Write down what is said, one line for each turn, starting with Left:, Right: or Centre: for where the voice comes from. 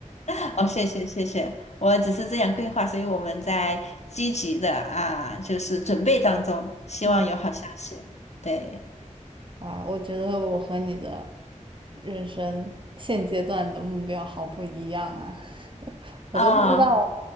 Left: <laughs> 哦，谢谢谢谢，我只是这样规划，所以我们在积极的啊，就是准备当中，希望有好消息。
Right: 嗯，
Left: 对，
Right: 哇，我觉得我和你的人生现阶段的目标好不一样啊！我都不知道，
Left: 啊、